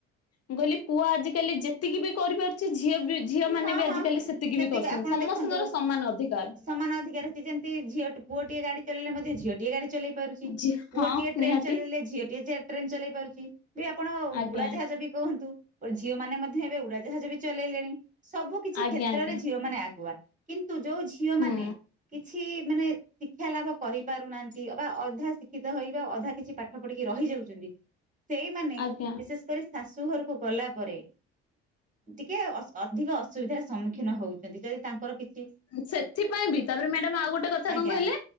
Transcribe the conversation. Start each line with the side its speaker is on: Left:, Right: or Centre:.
Left: ମୁଁ କହିଲି ପୁଅ ଆଜିକାଲି ଯେତିକି ବି କରିପାରୁଛି ଝିଅ ବି। ଝିଅମାନେ
Right: ହଁ
Left: ବି ଆଜିିକାଲି
Right: ହଁ
Left: ସେତିକି ବି କରୁଛନ୍ତି
Right: ଆପଣ
Left: ସମସ୍ତଙ୍କର
Right: ଦେଖନ୍ତୁ
Left: ସମାନ ଅଧିକାର।
Right: ସମାନ ଅଧିକାର ଅଛି ଯେମିତି ଝିଅ ପୁଅଟିଏ ଗାଡ଼ି ଚଲେଇଲେ ମଧ୍ୟ ଝିଅଟିଏ ଗାଡ଼ି ଚଲେଇ ପାରୁଛି
Left: ଝି
Right: ପୁଅଟିଏ
Left: ହଁ
Right: ଟ୍ରେନ୍
Left: ନିହାତି
Right: ଚଲେଇଲେ ଝିଅଟିଏ ଟ୍ରେନ ଚଲେଇ ପାରୁଛି ବି ଆପଣ
Left: ଆଜ୍ଞା
Right: ଉଡାଜାହାଜ ବି କୁହନ୍ତୁ ଝିଅମାନେ ମଧ୍ୟ ଏବେ ଉଡାଜାହାଜ ବି ଚ ଲେଇଲେଣି ସବୁ କିଛି
Left: ଆଜ୍ଞା
Right: କ୍ଷେତ୍ରରେ
Left: ଆଜ୍ଞା
Right: ଝିଅମାନେ ଆଗୁଆ କିନ୍ତୁ ଯୋଉ ଝିଅମାନେ
Left: ହୁଁ
Right: କି ଛି ମାନେ ଶିକ୍ଷା ଲାଭ କରିପାରୁନାହାନ୍ତି ବା ଅଧା ଶିକ୍ଷିତ ହେଇ ବା ଅଧା କିଛି ପା ଠ ପଢ଼ିକି ରହିଯାଉଛନ୍ତି ସେଇମାନେ
Left: ଆଜ୍ଞା
Right: ବିଶେଷ କରି। ଶାଶୁଘରୁକୁ ଗଲାପରେ ଟିକେ ଅସ ଅର। ଅଧିକ ଅସୁବିଧାର ସମ୍ମୁଖୀନ ହଉଛନ୍ତି। ଯଦି ତାଙ୍କର କି
Left: ସେଥିପାଇଁ ବି। ତା ପରେ ମ୍ୟାଡାମ୍ ଆଉ ଗୋଟେ କଥା
Right: ଆଜ୍ଞା
Left: କଣ କହିଲେ,